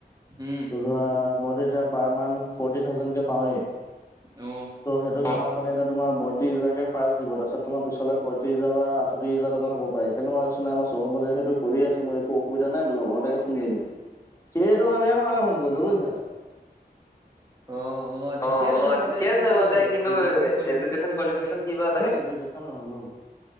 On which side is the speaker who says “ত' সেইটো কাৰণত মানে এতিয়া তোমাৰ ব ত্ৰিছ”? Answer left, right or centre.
Left